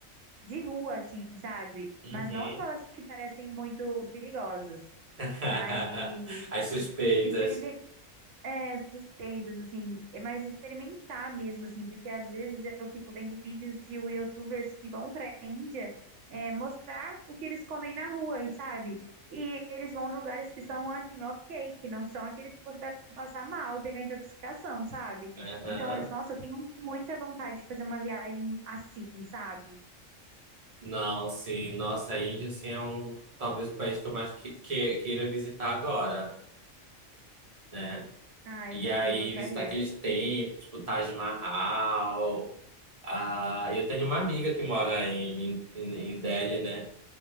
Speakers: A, on the right; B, on the right.
A: de rua, assim, sabe?
B: Uhum.
A: Mas não aquelas que parecem muito perigosas.
B: <laughs>
A: Mas
B: As suspeitas.
A: experimentar é, suspeitos, assim, é mais experimentar mesmo, assim, porque às vezes eu fico vendo vídeos de YouTubers que vão para a Índia é, mostrar o que eles comem na rua, e sabe? E eles vão em lugares que são assim, ok, que não são aqueles que você vai passar mal e pegar intoxicação, sabe?
B: Aham.
A: Então, eu- nossa, eu tenho muita vontade de fazer uma viagem assim, sabe?
B: Não, sim, nossa, a Índia, assim, é um, talvez o país que eu mais que, que- queira visitar agora, né?
A: Ah,
B: E
A: eu também
B: aí
A: gostaria.
B: visitar aqueles templos, tipo Taj Mahal. Ah, eu tenho uma amiga que mora em, em, em Delhi, né?